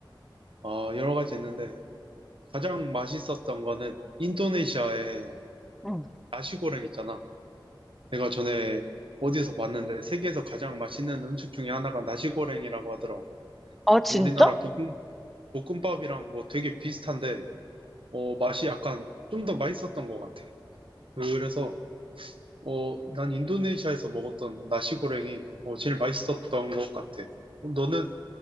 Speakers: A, on the right (about 80°); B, in the centre.
A: 어, 여러 가지 있는데, 가장 맛있었던 거는 인도네시아의
B: 응.
A: 나시고랭 있잖아. 내가 전에 어디서 봤는데 세계에서 가장 맛있는 음식 중에 하나가 나시고랭이라고 하더라고.
B: 아, 진짜?
A: 우리나라 볶음, 볶음밥이랑 뭐 되게 비슷한데, 어, 맛이 약간 좀 더 맛있었던 것 같아. 그래서, 어, 난 인도네시아에서 먹었던 나시고랭이, 어, 제일 맛있었던 것 같아. 어, 너는